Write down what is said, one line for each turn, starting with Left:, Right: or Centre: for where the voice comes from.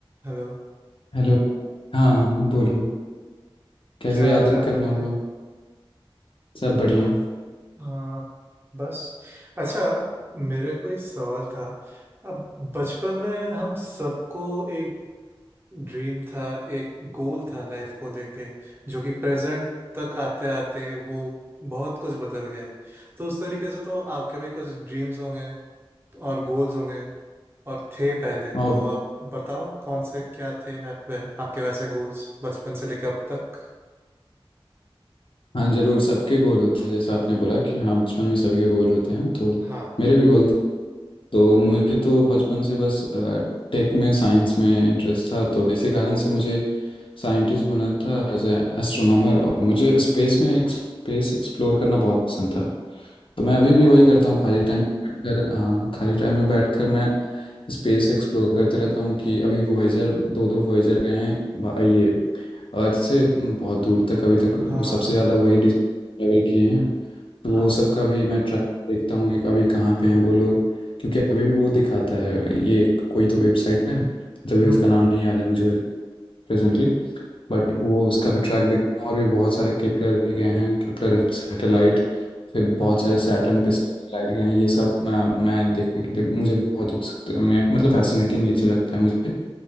Right: Hello
Left: Hello हाँ बोलो कैसे
Right: क्या
Left: याद
Right: हाल चाल
Left: करना
Right: है आपके
Left: हुआ सब बढ़िया
Right: हाँ आ, बस अच्छा मेरे को एक सवाल था अब बचपन में हम सबको एक ड्रीम था एक गोल था लाइफ को लेके जो कि प्रेजेंट तक आते आते वो बहुत कुछ बदल गए तो उस तरीके से तो आपके भी कुछ ड्रीम्स होंगे और गोल्स होंगे और थे पहले
Left: और
Right: तो आप बताओ कौन से क्या थे आप, आपके वैसे गोल्स बचपन से लेके अब तक
Left: हाँ जरूर सबके गोल होते हैं जैसा आपने बोला कि हाँ बचपन में सभी के गोल होते हैं तो
Right: हाँ
Left: मेरे भी गोल थे तो मुझे तो बचपन से बस टेक में साइंस में इंटरेस्ट था तो इसी कारण से मुझे साइंटिस्ट बना था एज ए एस्ट्रोनॉमर और मुझे स्पेस में स्पेस एक्सप्लोर करना बहुत पसंद था तो मैं अभी
Right: वाह
Left: भी वही करता हूँ खाली टाइम में बैठकर हाँ खाली टाइम में बैठकर मैं स्पेस एक्सप्लोर करते रहता हूँ कि अभी वॉयेजर दो दो वॉयेजर गए हैं बा- ये अर्थ से बहुत दूर तक अभी तक
Right: हाँ
Left: वो सबसे
Right: हाँ
Left: ज़्यादा
Right: हाँ
Left: वही ट्रैवल किए हैं तो
Right: हाँ
Left: वो सब का भी मैं ट्रैक देखता हूँ कि अभी कहाँ पे हैं वो लोग क्योंकि अभी भी वो दिखाता है ये कोई तो वेबसाइट है तभी
Right: हम्म
Left: उसका
Right: हम्म
Left: नाम नहीं याद है मुझे प्रेजेंटली बट वो उसका भी ट्रैक देखता हूँ और भी बहुत सारे केपलर भी गए हैं केपलर सैटेलाइट फिर
Right: हम्म,
Left: बहुत सारे सैटर्न पे सैटेलाइट गए हैं ये सब अ, मैं देखने के लिए मुझे बहुत उत्सुक मैं- मतलब फैसिनेटिंग ये चीज़ लगता है मुझे